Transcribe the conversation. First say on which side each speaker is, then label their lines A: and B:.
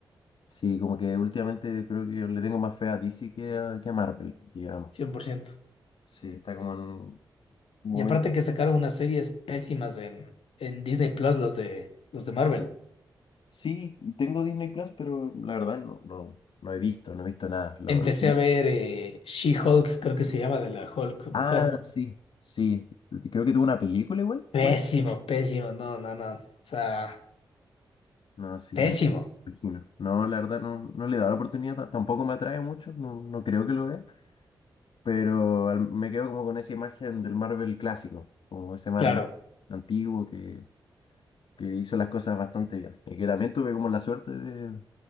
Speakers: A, on the left; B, on the left.
A: sí, como que últimamente yo creo que le tengo más fe a DC que a, que a Marvel, digamos.
B: 100%.
A: Sí, está como en un momento.
B: Y aparte que sacaron unas series pésimas en, en Disney Plus, los de, los de Marvel.
A: Sí, tengo Disney Plus, pero la verdad no, no, no he visto, no he visto nada. Lo,
B: Empecé
A: lo-
B: a ver eh, She-Hulk, creo que se llama, de la Hulk mujer.
A: Ah, sí, sí. Creo que tuvo una película igual,
B: Pésimo,
A: pues.
B: pésimo, no, no, no. O sea,
A: No, sí,
B: pésimo,
A: me imagino. No, la verdad no, no le he dado la oportunidad, ta- tampoco me atrae mucho, no, no creo que lo vea, pero al- me quedo como con esa imagen del Marvel clásico, como ese Marvel
B: claro.
A: antiguo que, que hizo las cosas bastante bien y que también tuve como la suerte de, de